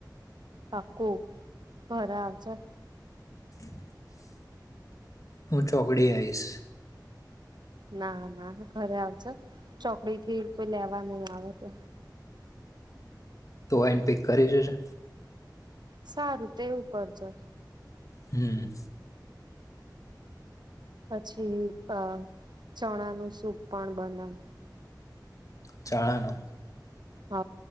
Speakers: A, on the right (about 70°); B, on the left (about 45°).
A: પાકું <unintelligible>
B: <inaudible> હું ચોકડી આઇસ.
A: ના ના ઘરે આવજો ચોકડી થી કોઈ લેવા નહી આવે તો
B: તો એને પિક કરી જશે?
A: સારું તે એવું કરજો.
B: હમ.
A: પછી હું પણ ચણા નું સૂપ પણ બનાવ.
B: અચ્છા.
A: હ